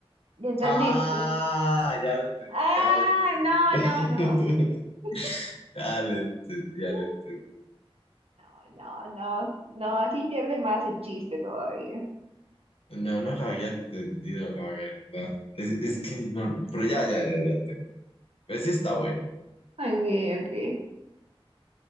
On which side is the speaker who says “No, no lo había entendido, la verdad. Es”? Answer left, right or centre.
Left